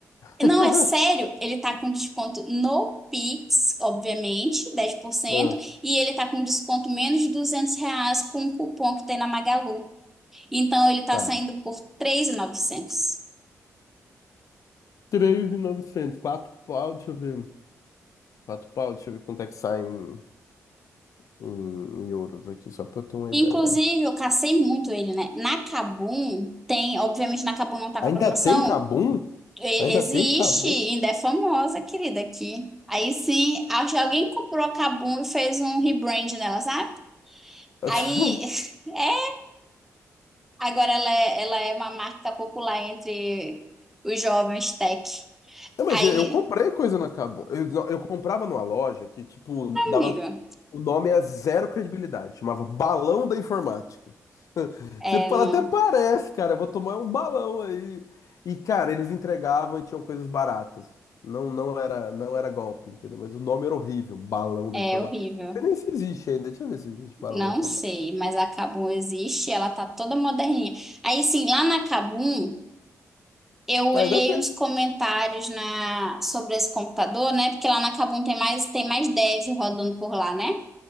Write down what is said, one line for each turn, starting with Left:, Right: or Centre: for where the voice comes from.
Left: <laughs>
Centre: Não, é sério, ele tá com desconto no Pix, obviamente, dez por cento
Left: Ah,
Centre: e ele tá com desconto menos de 200 reais com o cupom que tem na Magalu. Então ele tá
Left: tá.
Centre: saindo por 3.900.
Left: 3.900, 4 pau, deixa eu ver. Quatro pau, deixa eu ver quanto é que sai em, em euros aqui, só pra eu ter uma
Centre: Inclusive,
Left: ideia.
Centre: eu cacei muito ele, né? Na Kabum tem, obviamente na Kabum não tá
Left: Ainda
Centre: com a promoção.
Left: tem Kabum?
Centre: E-
Left: Ainda
Centre: Existe,
Left: tem Kabum?
Centre: ainda é famosa, querida, aqui. Aí sim, acho que alguém comprou a Kabum e fez um rebrand nela, sabe?
Left: <laughs>
Centre: Aí, <laughs> é, agora ela é, ela é uma marca popular entre os jovens tech.
Left: Não, mas
Centre: Aí,
Left: eu, eu comprei coisa na Kabum. Eu, não, eu comprava numa loja que, tipo, dava.
Centre: amigo,
Left: O nome é zero credibilidade. Chamava Balão da Informática.
Centre: é,
Left: Você fala,
Centre: não,
Left: até parece, cara. Eu vou tomar um balão aí. E, cara, eles entregavam e tinham coisas baratas. Não, não era, não era golpe, entendeu? Mas o nome era horrível. Balão da
Centre: é
Left: Informática.
Centre: horrível.
Left: Você nem se existe ainda. Deixa eu ver se existe Balão
Centre: Não
Left: da Informática.
Centre: sei, mas a Kabum existe, ela tá toda moderninha. Aí, sim, lá na Kabum, eu olhei
Left: Ah, ainda tem.
Centre: uns comentários na sobre esse computador, né? Porque lá na Kabum tem mais tem mais dev rodando por lá, né?